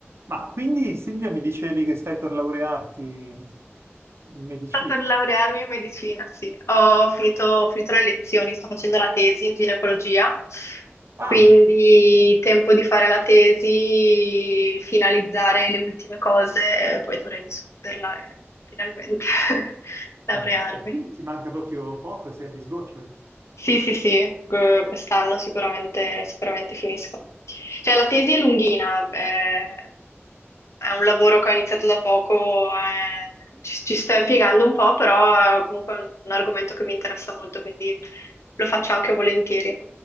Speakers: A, on the right; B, on the left.
A: Ma quindi Silvia mi dicevi che stai per laurearti in medicina.
B: Sto per laurearmi in medicina, sì. Ho finito, ho finito le lezioni, sto facendo la tesi in ginecologia,
A: Ah,
B: quindi tempo di fare la tesi, finalizzare le ultime cose, poi dovrei discuterla e finalmente <laughs> laurearmi.
A: fantastico, quindi ti manca proprio poco, sei agli sgoccioli.
B: Sì, sì, sì, que- quest'anno sicuramente, sicuramente finisco. Cioè, la tesi è lunghina, eh, è un lavoro che ho iniziato da poco, eh, ci, ci sto impiegando un po', però è comunque un, un argomento che mi interessa molto, quindi lo faccio anche volentieri.